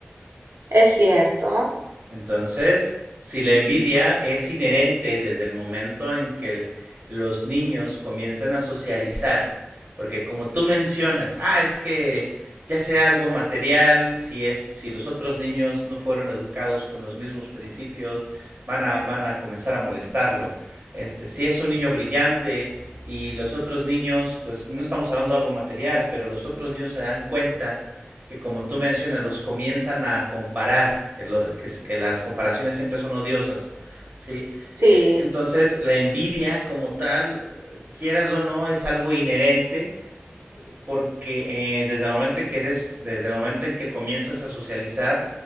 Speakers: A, on the right; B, on the right.
A: es cierto,
B: Entonces, si la envidia es inherente desde el momento en que los niños comienzan a socializar, porque como tú mencionas, ah, es que ya sea algo material, si es, si los otros niños no fueron educados con los mismos principios, van a, van a comenzar a molestarlo. Este, si es un niño brillante y los otros niños, pues no estamos hablando de algo material, pero los otros niños se dan cuenta que como tú mencionas, los comienzan a comparar, que, lo, que, que las comparaciones siempre son odiosas, ¿sí?
A: sí,
B: Eh, entonces, la envidia como tal, eh, quieras o no, es algo inherente porque eh, desde el momento en que eres, desde el momento en que comienzas a socializar,